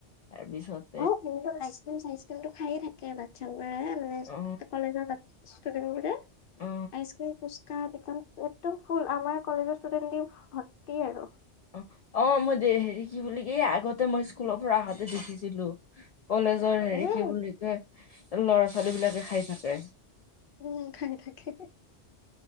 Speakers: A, on the left; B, on the left.
A: তাৰপিছত
B: অ', স আইছ ক্ৰীম চাইছ ক্ৰীম ত খাইয়ে থাকে বাচ্ছা বোৰে মানে
A: অ
B: কলেজৰ ষ্টুডেট ‍বোৰে।
A: অ
B: আইচকিম ফুচকা এই একদম ফুল আমাৰ কলেজৰ ষ্টুডেন্ট দি ভৰ্তি আৰু।
A: অ অ মই দে হেৰি কি বুলি এই আগতে মই স্কুলৰ পৰা আহোঁতে দেখিছিলো। কলেজৰ হেৰি
B: উম
A: কি বুলি কয় ল'ৰা ছোৱালী বিলাকে খাই থাকে।
B: উম খাই থাকে